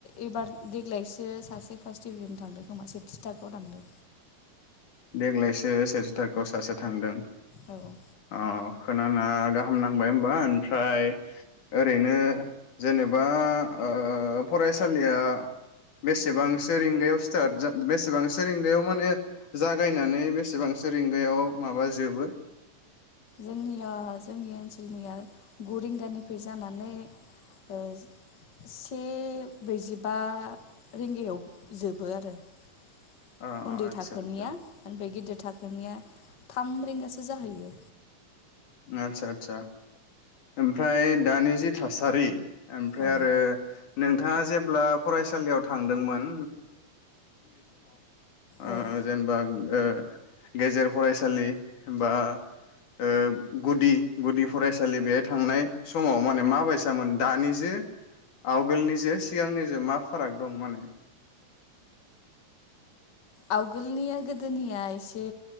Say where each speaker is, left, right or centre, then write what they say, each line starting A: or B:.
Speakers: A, on the left; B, on the left.
A: एबार देग्लायसो सासे फार्स्ट डिभिजन थांदों खोमा सेथि थाखोआव थांदों
B: देग्लायसो सेथि थाखोआव सासे थांदों
A: औ
B: अ खोनाना गाहाम नांबाय होमबा ओमफ्राय ओरैनो जेनेबा ओ फरायसालिया बेसेबांसो रिंगायाव स्टार्ट बेसेबांसो रिंगायाव माने जागायनानै बेसेबांसो रिंगायाव माबा जोबो
A: जोंनिया जोंनि ओनसोलनिया गु रिंगानिफ्राय जानानै ओ से ब्रैजिबा रिंगायाव जोबो आरो उन्दै
B: अ आदसा आदसा
A: थाम रिंगासो जाहैयो
B: आतसा आतसा ओमफ्राय दानि जि थासारि ओमफ्राय
A: औ
B: आरो नोंथाङा जेब्ला फरायसालियाव थांदोंमोन आ
A: औ
B: जेनबा ओ गेजेर फरायसालि बा ओ गुदि गुदि फरायसालि बेहाय थांनाय समाव माने मााबायसामोन दानि जों आगोलनि जों सिगांनि जों मा फाराग दं माने?
A: आवगोलनिया गोदोनिया एसे